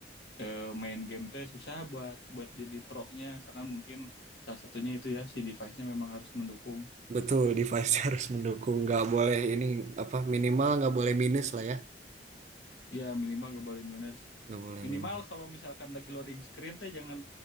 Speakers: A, on the left; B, on the right.
A: eh, main game teh susah buat buat jadi pro-nya karena mungkin salah satunya itu ya si device-nya memang harus mendukung
B: Betul device <laughs> harus mendukung. Nggak boleh ini apa minimal nggak boleh minus lah ya.
A: Iya minimal gak boleh minus
B: Nggak boleh
A: minimal
B: minus.
A: kalau misalkan lagi loading screen teh jangan